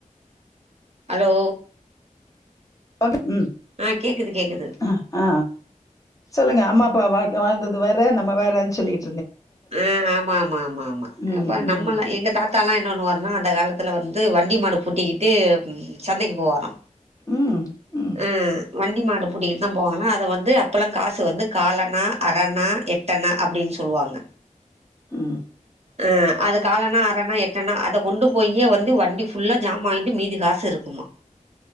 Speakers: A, on the right; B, on the left.
A: ஹலோ
B: <unintelligible> உம்
A: ஆ கேக்குது கேக்குது
B: ஆ ஆ சொல்லுங்க அம்மா இப்ப வாழ்க வாழ்ந்தது வேற நம்ம வேறன்னு சொல்லிரு
A: ஆஹ் ஆமா ஆமா ஆமா ஆமா
B: ம்
A: அப்ப நம்ம
B: ம்
A: எல்லா எங்க தாத்தா எல்லா என்ன பண்ணுவாருன்னா அந்த காலத்துல வந்து வண்டி மாடு பூட்டிக்கிட்டு ம் சந்தைக்கு போவாரா
B: ம் ம்
A: உ வண்டி மாடு பூட்டிக்கிட்டுதா போவாங்கன்னா அத வந்து அப் அப்பெல்லா காசு வந்து காலண்ணா அரணா எட்டணா அப்படின்னு சொல்லுவாங்க
B: ம்
A: அஹ் அது காலனா அரணா எட்டணா அத கொண்டு போயே வந்து வண்டி ஃபுல்லா ஜாமான் வாங்கிட்டு மீதி காசு இருக்குமா